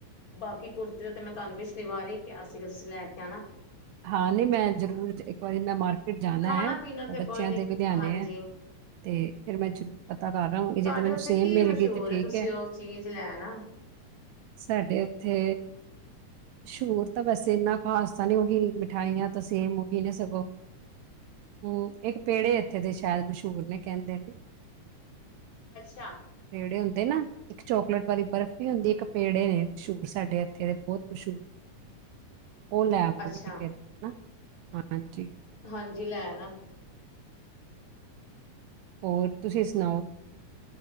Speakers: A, on the left (about 40°); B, on the right (about 80°).
A: ਬਾਕੀ ਕੁੜਤੀ ਤੇ ਮੈਂ ਤੁਹਾਨੂੰ ਪਿਛਲੀ ਵਾਰ ਈ ਕਿਯਾ ਸੀਗਾ ਤੁਸੀਂ ਲੈ ਕੇ ਆਣਾ।
B: ਹਾਂ ਨੀ ਮੈਂ ਜ਼ਰੂਰ, ਇੱਕ ਵਾਰੀ ਮੈਂ ਮਾਰਕੀਟ ਜਾਣਾ
A: ਖਾਣਾ
B: ਹੈ
A: ਪੀਣਾ ਤੇ
B: ਬੱਚਿਆਂ
A: ਕੋਈ ਨੀ
B: ਦੇ ਵੀ ਲਿਆਣੇ
A: ਹਾਂਜੀ
B: ਆ। ਤੇ ਫਿਰ ਮੈਂ ਜਰੂਰ ਪਤਾ ਕਰ ਆਵਾਂਗੀ, ਜੇਤੇ
A: ਤੁਹਾਡੇ
B: ਮੈਨੂੰ
A: ਉੱਥੇ
B: ਸੇਮ
A: ਕੀ
B: ਮਿਲ
A: ਮਸ਼ਹੂਰ
B: ਗਈ ਤੇ ਠੀਕ
A: ਤੁਸੀਂ
B: ਹੈ।
A: ਉਹ ਚੀਜ਼ ਲੈਣ ਆ
B: ਸਾਡੇ ਏਥੇ ਸ਼ੂਤ ਤਾ ਵੈਸੇ ਇੰਨਾ ਖ਼ਾਸ ਤਾ ਨੀ ਹੋਗੀਵ ਮਿਠਾਈਆਂ ਤਾਂ ਸੇਮ ਔਹੀ ਨ ਸਗੋਂ। ਹਮ, ਇੱਕ ਪੇੜੇ ਇੱਥੇ ਦੇ ਸ਼ੈਦ ਮਸ਼ੂਰ ਨੇ ਕੈਂਦੇ ਨੇ,
A: ਅੱਛਾ।
B: ਪੇੜੇ ਹੁੰਦੇ ਨਾ, ਇੱਕ ਚੋਕਲੇਟ ਵਾਲੀ ਬਰਫ਼ੀ ਹੋਂਦੀ। ਇੱਕ ਪੇੜੇ ਨੇ ਮਸ਼ਹੂਰ ਸਾਡੇ ਇੱਥੇ ਬੋਤ ਮਸ਼ੂਰ। ਔ ਲੈਵਾਂਗੇ,
A: ਅੱਛਾ
B: ਫਿਰ ਹਾਂਜੀ।
A: ਹਾਂਜੀ ਲੈ ਨਾ
B: ਹੋਰ ਤੁਸੀਂ ਸੁਣਾਓ